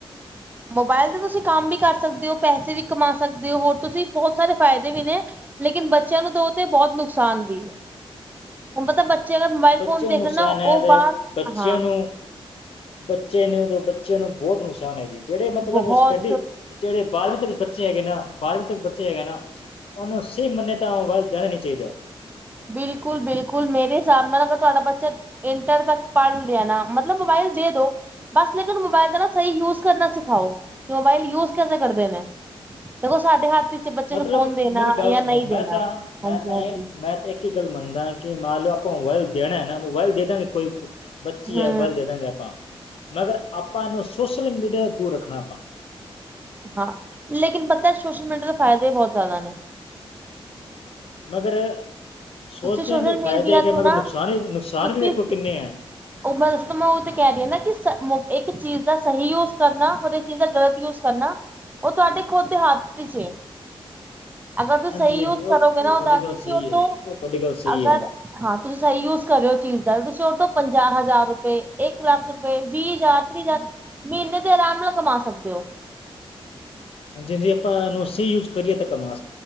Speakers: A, on the right; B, on the left.
A: ਮੋਬਾਇਲ ਤੇ ਤੁਸੀਂ ਕੰਮ ਵੀ ਕਰ ਸਕਦੇ ਹੋ, ਪੈਸੇ ਵੀ ਕਮਾ ਸਕਦੇ ਹੋ। ਹੋਰ ਤੁਸੀਂ ਬਹੁਤ ਸਾਰੇ ਫਾਇਦੇ ਵੀ ਨੇ ਲੇਕਿਨ ਬੱਚਿਆਂ ਨੂੰ ਦੋ ਤੇ ਬਹੁਤ ਨੁਕਸਾਨ ਵੀ ਐ। ਹੁਣ ਪਤਾ ਬੱਚੇ ਅਗਰ ਮੋਬਾਇਲ
B: ਬੱਚਿਆਂ
A: ਫੋਨ ਦੇਖ
B: ਨੂੰ ਨੁਕਸਾਨ
A: ਨਾ ਉਹ
B: ਹੈ ਤੇ
A: ਬਾਹਰ
B: ਬੱਚਿਆਂ
A: ਹਾਂ।
B: ਨੂੰ ਬੱਚੇ ਨੂੰ ਬੱਚਿਆਂ ਨੂੰ ਬਹੁਤ ਨੁਕਸਾਨ ਐ ਜੀ ਜਿਹੜੇ ਮਤਲਬ
A: ਬਹੁਤ
B: ਸਟੱਡੀ ਜਿਹੜੇ ਬਾਰਵੀਂ ਤੱਕ ਬੱਚੇ ਹੈਗੇ ਨਾ ਬਾਰਵੀਂ ਤੱਕ ਬੱਚੇ ਹੈਗੇ ਨਾ ਉਹਨੂੰ ਸਹੀ ਮੰਨਾ ਤਾ ਮੋਬਾਈਲ ਦੇਣਾ ਨਹੀਂ ਚਾਹੀਦਾ।
A: ਬਿਲਕੁਲ-ਬਿਲਕੁਲ ਮੇਰੇ ਹਿਸਾਬ ਨਾਲ ਅਗਰ ਤੁਹਾਡਾ ਬੱਚਾ <unintelligible> ਤ ਪੜ੍ਹ ਲਿਆ ਨਾ ਮਤਲਬ ਮੋਬਾਇਲ ਦੇ ਦੋ ਬਸ ਲੇਕਿਨ ਮੋਬਾਇਲ ਦਾ ਨਾ ਸਹੀ ਯੂਜ ਕਰਨਾ ਸਿਖਾਓ। ਕਿ ਮੋਬਾਇਲ ਯੂਜ ਕੈਸੇ ਕਰਦੇ ਨੇ ਦੇਖੋ ਸਾਡੇ ਹੱਥ ਵਿੱਚ ਬੱਚੇ
B: ਮਤਲਬ
A: ਨੂੰ ਫੋਨ ਦੇਣਾ
B: ਮੇਰੀ ਗੱਲ
A: ਜਾਂ
B: ਸੁਣੋ
A: ਨਹੀਂ ਦੇਣਾ
B: ਮੈਂ ਤਾਂ
A: ਹਾਂਜੀ
B: ਮੈਂ ਤਾਂ
A: ਹਾਂਜੀ
B: ਇਹ ਮੈਂ ਤਾਂ ਇੱਕ ਗੱਲ ਮੰਨਦਾ ਕਿ ਮੰਨ ਲਓ ਆਪਾਂ ਮੋਬਾਇਲ ਦੇਣਾ ਨਾ ਮੋਬਾਈਲ ਦੇ ਦਾਂਗੇ ਕੋਈ ਬੱਚੀ
A: ਹੂੰ
B: ਆ ਮੋਬਾਇਲ ਦੇ ਦਾਂਗੇ ਆਪਾਂ ਮਗਰ ਆਪਾਂ ਇਹਨੂੰ ਸੋਸ਼ਲ ਮੀਡੀਆ ਤੋਂ ਦੂਰ ਰੱਖਣਾ ਆਪਾਂ
A: ਹਾਂ, ਲੇਕਿਨ ਪਤਾ ਸੋਸ਼ਲ ਮੀਡੀਆ ਦੇ ਫਾਇਦੇ ਵੀ ਬਹੁਤ ਜ਼ਿਆਦਾ ਨੇ।
B: ਮਗਰ ਸੋਚਦੇ
A: ਤੁਸੀਂ ਸੋਸ਼ਲ
B: ਆ ਕਿ
A: ਮੀਡੀਆ
B: ਫਾਇਦੇ ਹੈਗੇ
A: ਤੋਂ
B: ਮਗਰ
A: ਨਾ
B: ਨੁਕਸਾਨ ਵੀ ਨੁਕਸਾਨ
A: ਤੁਸੀਂ
B: ਵੀ ਵੇਖੋ ਕਿੰਨੇ ਐ।
A: ਉਹ ਮੈਂ ਦੱਸ ਮੈਂ ਉਹ ਤੇ ਕਹਿ ਰਹੀ ਆ ਨਾ ਕਿ ਇੱਕ ਚੀਜ਼ ਦਾ ਸਹੀ ਯੂਜ ਕਰਨਾ ਔਰ ਇੱਕ ਚੀਜ਼ ਦਾ ਗ਼ਲਤ ਯੂਜ ਕਰਨਾ। ਉਹ ਤੁਹਾਡੇ ਖੁਦ ਦੇ ਹੱਥ ਵਿੱਚ ਐ। ਅਗਰ ਤੁਸੀਂ
B: ਹਾਂਜੀ
A: ਸਹੀ ਯੂਜ
B: ਹਾਂਜੀ ਉਹ
A: ਕਰੋਗੇ
B: ਉਹ
A: ਨਾ ਉਹਦਾ
B: ਤੁਹਾਡੀ ਗੱਲ
A: ਤੁਸੀਂ
B: ਸਹੀ
A: ਓ
B: ਹੈ
A: ਤੋਂ
B: ਜੀ ਉਹ ਤੁਹਾਡੀ ਗੱਲ ਸਹੀ
A: ਅਗਰ
B: ਹੈ
A: ਹਾਂ ਤੁਸੀਂ ਸਹੀ ਯੂਜ ਕਰ ਰੇ ਓ ਚੀਜ਼ ਦਾ ਔਸ ਤੋਂ ਪੰਜਾਹ ਹਜ਼ਾਰ ਰੁਪਏ, ਇੱਕ ਲੱਖ ਰੁਪਏ, ਵੀਹ ਹਜ਼ਾਰ, ਤੀਹ ਹਜ਼ਾਰ ਮਹੀਨੇ ਦੇ ਆਰਾਮ ਲਗਾ ਕਮਾ ਸਕਦੇ ਹੋ।
B: ਹਾਂਜੀ, ਹਾਂਜੀ ਆਪਾਂ ਇਹਨੂੰ ਸਹੀ ਯੂਜ ਕਰੀਏ ਤਾਂ ਕਮਾ